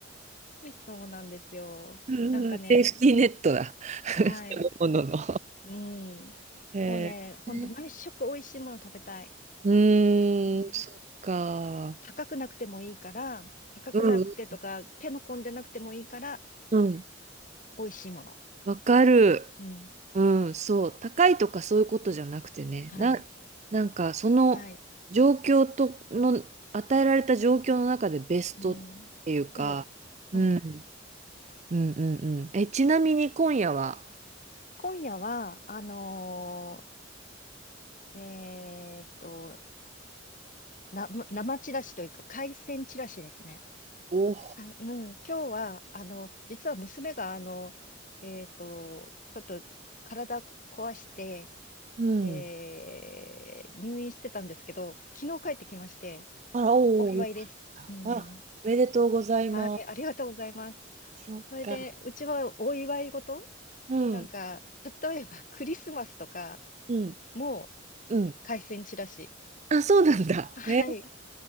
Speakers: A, on the left (about 45°); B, on the right (about 35°).
A: そうなんですよ。
B: ん。
A: なんかね、
B: うんセーフティーネットだ。<laughs>
A: はい。
B: 食べ物の。
A: うん。
B: えー、
A: もうね、ほんと毎食美味しいもの食べたい。
B: うーん、
A: うん
B: そっか。
A: 高くなくてもいいから、高くなくてとか、
B: うん、
A: 手の込んでなくてもいいから、
B: うん、
A: 美味しいもの。
B: わかる。
A: うん。
B: うん、そう。高いとかそういうことじゃなくてね。
A: はい。
B: な、なんか、その状況との、
A: はい。
B: 与えられた状況の中でベストっていうか、
A: うん。そう。
B: うん、
A: そう。
B: うん、うん、うん。え、ちなみに今夜は、
A: 今夜は、あのーえーっと、な、生チラシというか、海鮮チラシですね。
B: お、
A: あ、うん。今日は、あの、実は娘が、あの、えっと、ちょっと体こ壊して、
B: うん。
A: えー入院してたんですけど、昨日帰ってきまして、
B: あら、おお、
A: お祝いです。
B: よかっ
A: うん
B: た。あ、おめでとうございま
A: はい、ありがとうございます。
B: す。そうか。
A: それで、うちはお祝い事
B: うん、
A: なんか、例えばクリスマスとか、
B: うん、
A: もう
B: うん。
A: 海鮮チラシ。
B: あ、そうなんだ。
A: はい。
B: へえ。